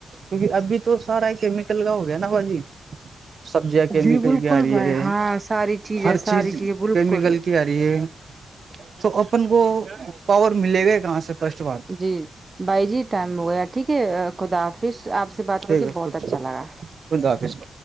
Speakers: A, on the right (about 60°); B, on the right (about 35°).
A: کیونکہ ابھی تو سارا ہی کیمیکل کا ہو گیا نا باجی سبزیاں کیمیکل
B: جی بالکل
A: کی آ رہی
B: بھائی
A: ہے
B: ہاں ساری چیزیں
A: ہر
B: ساری
A: چیز
B: چیزیں بالکل
A: کیمیکل کی آ ر ی ہے تو اپن کو پاور ملے گا کہاں سے فرسٹ بات تو
B: جی بھائی جی ٹائم ہو گیا ٹھیک ہے خدافش آپ سے بات کر
A: ٹھیک
B: کے
A: ہے
B: بہت
A: خ
B: اچھا لگا
A: خدا فیس م